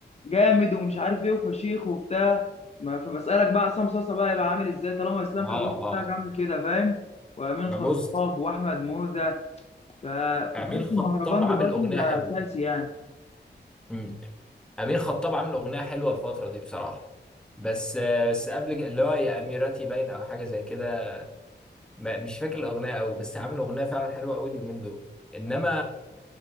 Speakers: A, on the left; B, in the centre.
A: جامد ومش عارف ايه وفشيخ وبتاع ما- فبسالك بقى عصام صاصه بقى يبقى عامل ازاي طالما اسلام
B: اه
A: كابونجا
B: آه.
A: بتاعك عامل كده فاهم وامين
B: ما
A: خطاب
B: بص
A: واحمد موزه فخد
B: امين
A: بالك
B: خطاب
A: المهرجان
B: عامل
A: دلوقتي
B: اغنيه
A: بقى
B: حلوه
A: اساسي يعني
B: امم. امين خطاب عامل اغنيه حلوه الفتره دي بصراحه بس آه، بس قبل كده- اللي هو يا اميرتي باين او حاجه زي كده ما- مش فاكر الاغنيه قوي بس عامل اغنيه فعلا حلوه قوي اليومين دول انما